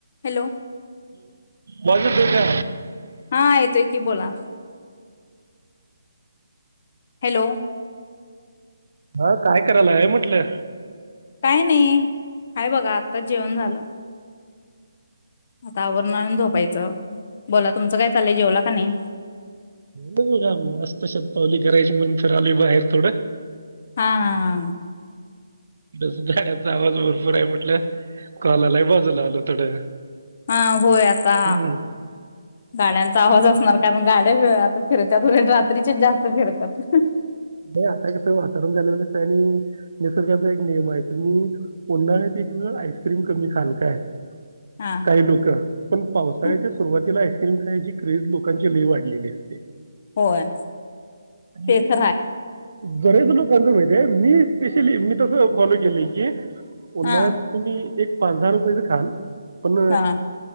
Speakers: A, on the left; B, on the right.
A: Hello
B: बाजूत का
A: हा येतोय की बोला हॅलो
B: हा काय करायला हे म्हटलं
A: काय नाही आहेय बघा आत्ताच जेवण झालं मवर न बला तुमचं काय चालय जेवला का नाही
B: ब बघा मस्त शतपावली करायची म्हणून फिरा आली बाहेर थोडं
A: हा हा हा
B: बस गाडचा आवाज भरपूर आहे म्हटलं कलाला बाजूला आलो थोडं
A: हा होय आता
B: हम्म.
A: गाड्यांचा आवाज
B: बाकी
A: असणार
B: काय नाही.
A: कारण गाड्या होे फिरतत रात्रीचे जास्त फिरतात
B: हे आता कसं वातावरण झाले नस आणि निसर्गाचा एक नियम आहे तुम्ही उन्हाळ्यात एक वेळ आईस्क्रीम कमी खाल काय
A: हा
B: काही लोक पण पावसाळ्याच्या
A: हा
B: सुरुवातीला आहे िल्म खायची क्रेज लोकांची लय वाढलेली आहे
A: होय
B: आणि
A: तेथ
B: हे बरेच लोक सांगतो माहिती आहे मी स्पेशली मी तसं फॉलो केलं की
A: हा
B: नात तुम्ही एक पाच दहा रुपयाेचं खाान पण
A: हा